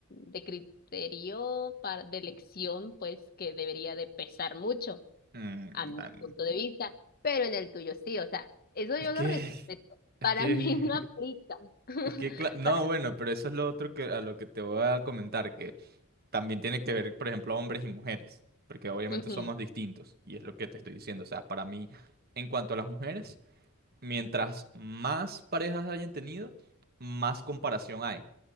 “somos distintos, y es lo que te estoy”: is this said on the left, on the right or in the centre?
Right